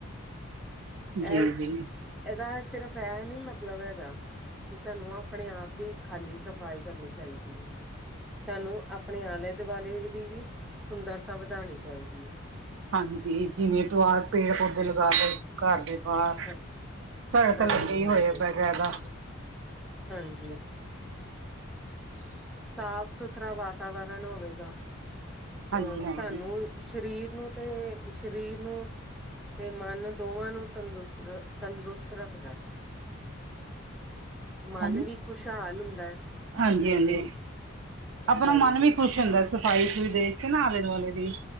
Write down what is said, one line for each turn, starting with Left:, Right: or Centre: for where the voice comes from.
Right: ਜੀ
Centre: ਇਹ
Right: ਜੀ
Centre: ਇਹਦਾ ਸਿਰਫ ਇਹ ਨੀ ਮਤਲਬ ਹੈਗਾ ਵੀ ਸਾਨੂੰ ਆਪਣੇ ਆਪ ਦੀ, ਖਾਲੀ ਸਫ਼ਾਈ ਕਰਨੀ ਚਾਹੀਦੀ ਹੈ, ਸਾਨੂੰ ਆਪਣੇ ਆਲੇ ਦੁਆਲੇ ਦੀ ਵੀ, ਸੁੰਦਰਤਾ ਵਧਾਉਣੀ ਚਾਹੀਦੀ ਹੈ,
Right: ਹਾਂਜੀ ਜਿਵੇਂ ਦਵਾਰ ਤੇ ਪੇੜ ਪੌਦੇ ਲਗਾ ਲਏ ਘਰ ਦੇ ਬਾਹਰ
Centre: ਹਾਂ
Right: ਘਰੇ ਤਾਂ
Centre: ਹਾਂਜੀ
Right: ਲੱਗੇ ਹੀ
Centre: ਹਾਂਜੀ
Right: ਹੋਏ ਐ ਬੈਕਾਇਦਾ
Centre: ਹਾਂਜੀ, ਸਾਫ ਸੁਥਰਾ ਵਾਤਾਵਰਨ ਹੋਵੇਗਾ
Right: ਹਾਂਜੀ
Centre: ਅਹ ਸਾਨੂੰ,
Right: ਹਾਂਜੀ
Centre: ਸਰੀਰ ਨੂੰ ਤੇ ਸਰੀਰ ਨੂੰ, ਤੇ ਮਨ ਦੋਵਾਂ ਨੂੰ ਤੰਦਰੁਸਤ ਤੰਦਰੁਸਤ ਰੱਖਦਾ ਹੈ ਮਨ
Right: ਹਾਂਜੀ
Centre: ਵੀ ਖੁਸ਼ਹਾਲ ਹੁੰਦਾ ਹੈ
Right: ਹਾਂਜੀ
Centre: ਤੇ,
Right: ਹਾਂਜੀ ਆਪਣਾ
Centre: ਹਾਂਜੀ
Right: ਮਨ ਵੀ ਖੁਸ਼ ਹੁੰਦਾ ਸਫ਼ਾਈ ਸਫ ਦੇਖ ਕੇ ਨਾ ਆਲੇ ਦੁਆਲੇ ਦੀ,